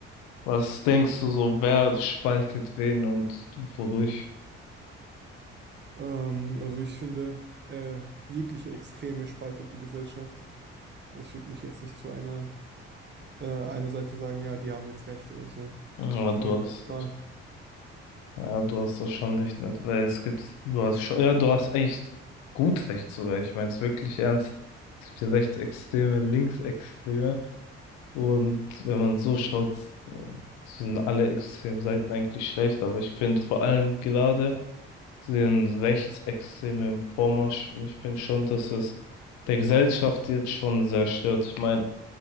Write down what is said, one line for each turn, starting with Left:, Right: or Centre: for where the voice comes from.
Left: was denkst du so, wer spaltet wen und wodurch?
Right: Ähm, also ich finde, äh, jegliche Extreme spaltet die Gesellschaft. Ich würde mich jetzt nicht zu einer äh, eine Seite sagen, ja, die haben jetzt recht oder so.
Left: Ja,
Right: Ich
Left: du
Right: bin ja neutral.
Left: hast. Ja, du hast das schon recht mit, weil es gibt, du hast schon, ja, du hast echt gut recht sogar. Ich meine es wirklich ernst. Es gibt ja Rechtsextreme, Linksextreme. Und wenn man so schaut, äh, sind alle Extremseiten eigentlich schlecht. Aber ich finde vor allem gerade den rechtsextremen Vormarsch. Und ich finde schon, dass es der Gesellschaft jetzt schon sehr stört. Ich meine,